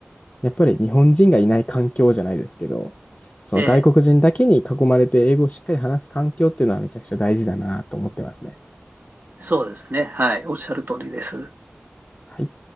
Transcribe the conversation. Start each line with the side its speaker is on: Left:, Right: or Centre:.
Left: やっぱり日本人がいない環境じゃないですけど、その外国人だけに囲まれて英語をしっかり話す環境っていうのはめちゃくちゃ大事だなと思ってますね。
Right: ええ、そうですね。はい。おっしゃる通りです。
Left: はい。